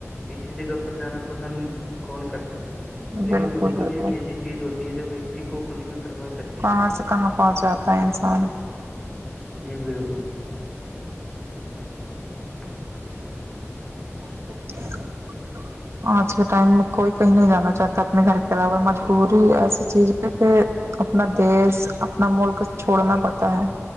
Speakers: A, in the centre; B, on the right.
A: ایسی جگہ پر جانا پسند کون کرتا ہے لیکن
B: بالکل
A: مجبوری
B: بالکل
A: ایک ایسی چیز ہوتی ہے جو ویکتی کو کچھ بھی کروا سکتی
B: کہاں
A: ہے
B: سے کہاں پہنچ جاتا ہے انسان
A: جی بالکل <inaudible>
B: <inaudible> آج کے ٹائم میں کوئی کہیں نہیں جانا چاہتا اپنے گھر کے علاوہ مجبوری ایسی چیز ہے کہ اپنا دیس اپنا ملک چھوڑنا پڑتا ہے